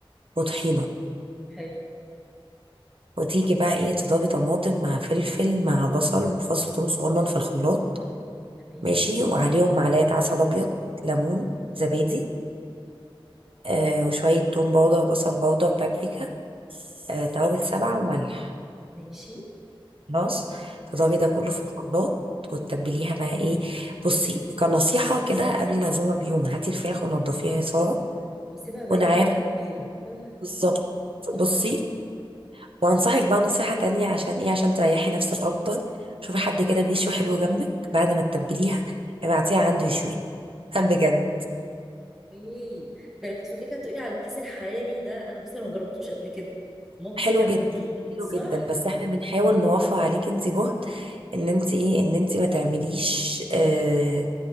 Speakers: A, on the right; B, in the centre.
A: وطحينه
B: ماشي حلو
A: وتيجي بقى ايه تضربي طماطم مع فلفل مع بصل وفص ثوم صغنن في الخلاط
B: تمام
A: ماشي وعليهم معلقة عسل أبيض ليمون زبادي آه وشوية توم باودر بصل باودر بابريكا آه توابل سبعة وملح
B: ماشي
A: خلاص تضربي
B: حلو
A: ده كله في الخلاط وتتبليها بقى ايه بصي كنصيحة كده قبل العزومة بيوم هاتي الفراخ ونضفيها يا سارة
B: واسيبها بايته
A: وانا عارف
B: في التتبيله <laughs>
A: بالظبط
B: اه
A: بصي وانصحك بقى نصيحة تانية عشان ايه عشان تريحي نفسك اكتر شوفي حد كده بيشوي حلو جنبك بعد ما تتبليها ابعتيها عنده يشوي <laughs> بجد
B: ايه ده انا كنت فاكرك هتقولي على الكيس الحراري ده انا بس انا ما جربتوش قبل كده مامتي
A: حلو
B: بتعمل
A: جدا
B: بيه
A: حلو
B: صح
A: جدا بس احنا بنحاول نوفر عليك انت جهد ان انت ايه ان انت ما تعمليش آه